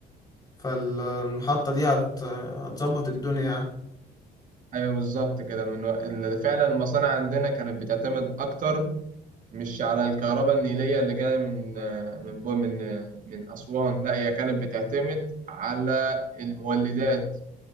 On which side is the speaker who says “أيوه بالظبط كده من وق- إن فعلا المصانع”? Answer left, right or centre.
Right